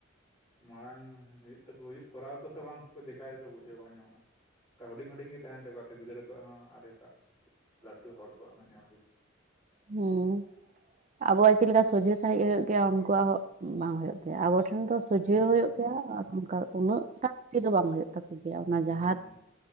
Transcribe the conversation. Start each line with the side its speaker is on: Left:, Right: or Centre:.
Centre: ᱢᱟᱲᱟᱝ ᱦᱩᱭᱩᱜ ᱛᱟᱠᱚ ᱦᱩᱭᱩᱜ ᱠᱚᱨᱟᱣ ᱟᱠᱚ ᱥᱮ ᱵᱟᱝ ᱥᱮᱠᱚ ᱫᱮᱠᱟᱭᱟ ᱠᱚ ᱵᱩᱡᱷᱟᱹᱣ ᱵᱟᱝ ᱧᱟᱢᱚᱜᱼᱟ᱾ ᱦᱩᱰᱤᱧ ᱦᱩᱰᱤᱧ ᱜᱮ ᱛᱟᱦᱮᱱ ᱛᱟᱠᱚᱣᱟᱛᱚ ᱜᱤᱫᱽᱨᱟᱹ ᱠᱚᱣᱟᱜ ᱦᱚᱸ ᱟᱨ ᱮᱴᱟᱜ ᱞᱟᱹᱴᱩ ᱦᱚᱲ ᱠᱚᱣᱟᱜ ᱦᱚᱸ ᱧᱮᱞ ᱦᱩᱭᱩᱜᱼᱼ
Right: ᱦᱮᱸ ᱟᱵᱚᱣᱟᱜ ᱪᱮᱫ ᱞᱮᱠᱟ ᱥᱚᱡᱷᱮ ᱥᱟᱦᱤᱡ ᱳᱭᱳᱜ ᱜᱮᱭᱟ ᱩᱱᱠᱩᱣᱟᱜ ᱦᱚᱸ ᱵᱟᱝ ᱦᱳᱭᱳ ᱜᱮᱭᱟ ᱟᱵᱚ᱾ ᱴᱷᱮᱱ ᱫᱚ ᱥᱚᱡᱷᱮᱣ
Centre: ᱦᱩᱸ
Right: ᱦᱩᱭᱩᱜ ᱜᱮᱭᱟ ᱟᱨ ᱚᱝᱠᱟ ᱩᱱᱟᱹᱜ ᱴᱟᱠ ᱛᱤᱥ ᱦᱚᱸ ᱵᱟᱝ ᱦᱩᱭᱩᱜ ᱛᱟᱠᱚ ᱜᱮᱭᱟ ᱚᱱᱟ ᱡᱟᱦᱟᱸᱛ
Centre: ᱦᱩᱸ